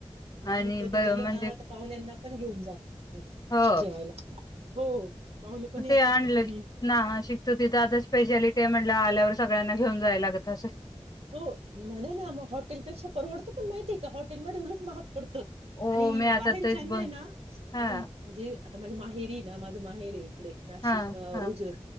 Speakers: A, on the left; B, on the right.
A: आणि
B: आम्ही कधी
A: ब
B: गेलो
A: म्हणजे
B: ना आ तर पाहुण्या यांना पण घेऊन जातो
A: हो
B: जेवायला हो पाहुणे पण येतात.
A: ते आणलंय
B: हं
A: नाव नाशिकचं त्यातच स्पेशलिटी आहे म्ह ला आल्यावर सगळ्यांना घेऊन जायला लागत असंल.
B: हो म्हणे ना मग हॉटेलपेक्षा परवडतो पण माहितीय का हॉटेलमध्ये उलट महाग पडतोत
A: हो
B: आणि
A: मी आता
B: बाहेरच्यानां
A: तेच बघ
B: आहे ना
A: हा
B: आता म्हणजे आता माझ्या माहेरी ना माझं माहेर हे इकडे नाशिक
A: हा
B: ओजर
A: हा